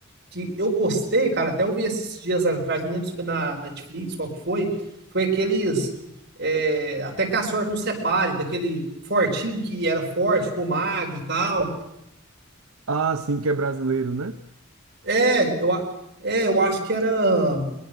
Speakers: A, on the right; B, on the right.
A: que eu gostei, cara, até eu vi esses dias atrás, não lembro se foi na Netflix, qual que foi, foi aqueles é, Até que a sorte nos separe, daquele fortinho que era forte, ficou magro e tal.
B: Ah, sim, que é brasileiro, né?
A: É, eu, a- é, eu acho que era